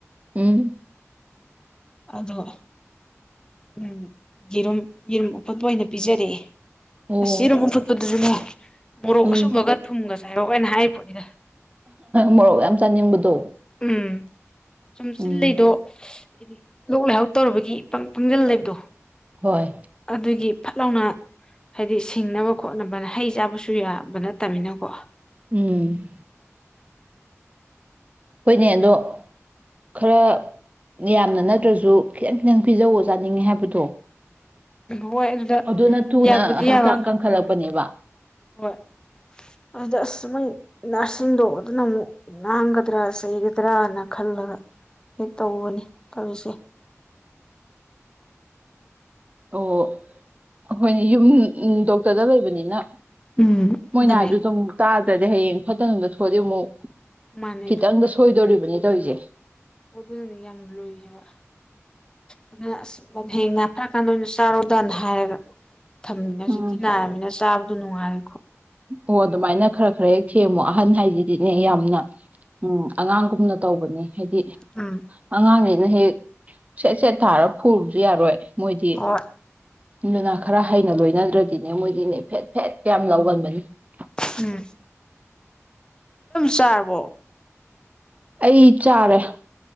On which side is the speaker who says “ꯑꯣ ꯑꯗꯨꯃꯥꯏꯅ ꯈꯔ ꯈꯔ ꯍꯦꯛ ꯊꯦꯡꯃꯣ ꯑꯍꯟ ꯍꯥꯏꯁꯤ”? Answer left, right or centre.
Right